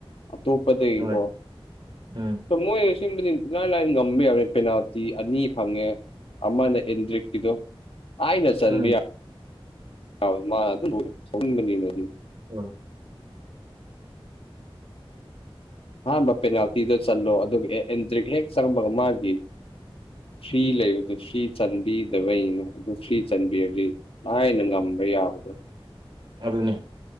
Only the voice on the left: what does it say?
ꯑ ꯇꯣꯞꯄꯗꯩꯀꯣ
ꯃꯣꯏ ꯁꯤ ꯂꯥꯏꯂꯥꯏ ꯉꯝꯕ ꯌꯥꯕꯅꯤ ꯄꯦꯅꯥꯜꯇꯤ ꯑꯅꯤ ꯐꯪꯉꯦ ꯑꯃꯅ ꯑꯦꯟꯗ꯭ꯔꯤꯛꯀꯤꯗꯣ ꯑꯩꯅ ꯆꯟꯕ
ꯌꯥ ꯌꯥ ꯃꯥ ꯑꯗꯨ ꯁꯧꯅꯤꯡꯕꯅꯤꯅꯦ ꯑꯩꯗꯤ
ꯑꯍꯥꯟꯕ ꯄꯦꯅꯥꯟꯇꯤ ꯗꫭ ꯆꯜꯂꯣ ꯑꯗꯨ ꯑꯦꯟꯗꯔꯤꯒ ꯍꯦꯛ ꯆꯪꯕꯒ ꯃꯥꯒꯤ ꯐ꯭ꯔꯤ ꯂꯩꯕꯗꯣ ꯐ꯭ꯔꯤ ꯆꯟꯕꯤꯗꯕꯩꯅ ꯑꯗꯨ ꯐ꯭ꯔꯤ ꯆꯟꯕꯤꯔꯗꯤ ꯂꯥꯏꯅ ꯉꯝꯕ ꯌꯥꯕꯗꯨ